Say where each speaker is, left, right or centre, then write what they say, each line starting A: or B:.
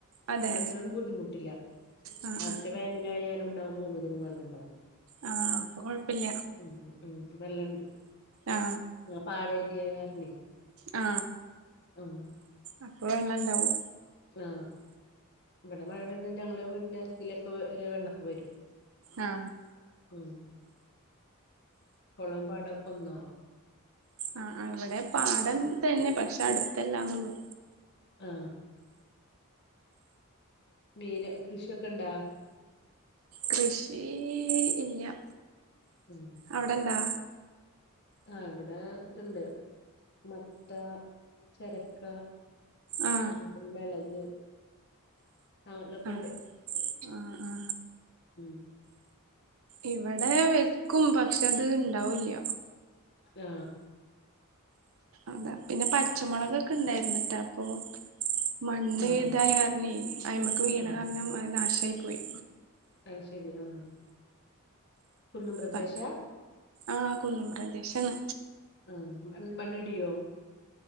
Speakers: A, on the right (about 70°); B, on the left (about 50°).
A: അതെ
B: വെള്ളത്തിലൊന്നും ബുദ്ധിമുട്ടില്ല
A: ആ ആ
B: അറ്റെ വേനലായാലുംണ്ടാവും മൂന്നറിങ്ങ് വെള്ളണ്ടാവും
A: ആ അപ്പൊ കൊഴപ്പില്ല
B: മ് മ് വെള്ളണ്ട്
A: ആ
B: ഞം പാടേരിയെയാരന്നെ
A: ആ
B: അം
A: അപ്പ വെള്ളണ്ടാവും
B: ആ ഇവിടെ മഴ പെയ്ത് കഴിഞ്ഞാ ഞങ്ങളെ വീടിന്റെ അരിക്കിലൊക്കെ വരെ വെള്ളൊക്കെ വരും
A: ആ
B: ഉം കുളമ്പാടക്കൊന്നോ
A: ആ ഇവിടെ പാടം തന്നെ പക്ഷെ അടുത്തല്ലാന്നൊള്ളു
B: ആ മീന് കൃഷിയൊക്കെയൊണ്ടോ
A: കൃഷി ഇല്ല
B: ഉം
A: അവിടെണ്ടാ
B: ആ ഇവിടെ ഇതുണ്ട് മത്ത ചെരക്ക
A: ആ
B: <unintelligible> മെളക് ആലോക്കെണ്ട്
A: ആ ആ ആ
B: ഉം
A: ഇവിടെ വെക്കും പക്ഷെ അത്ണ്ടാവില്ല
B: ആ
A: അതാ പിന്നെ പച്ചമൊളകൊക്കെണ്ടായിരുന്നിട്ടാ അപ്പൊ മണ്ണ്
B: ആഹ്
A: തായകാരണേ അയിമ്ക്ക് വീണ
B: ആഹ്
A: കാരണം അത് നാശായി പോയി
B: അയ്ശരി ആ കുന്നും പ്രദേശാ
A: അപ്പ ആ കുന്നും പ്രദേശാണ്
B: ആ മണ്ണ് മണ്ണ്ടിയോ